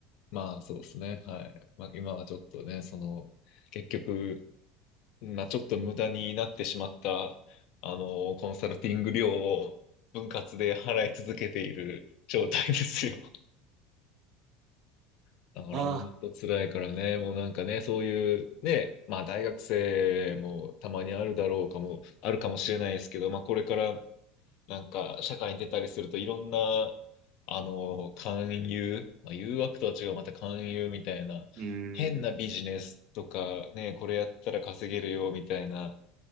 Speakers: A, on the left (about 65°); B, on the right (about 50°).
A: まあそうですね。はい。まあ今はちょっとね、その、結局、まあ、ちょっと無駄になってしまった、あの、コンサルティング料を分割で払い続けている状態ですよ。<laughs> だから本当辛いからね、
B: ああ、
A: もうなんかね、そういうね、まあ大学生もたまにあるだろうかも、あるかもしれないですけど、まあこれからなんか社会に出たりするといろんな、あの、勧誘、まあ誘惑とは違う、また勧誘みたいな、
B: うーん。
A: 変なビジネスとかね、これやったら稼げるよみたいな、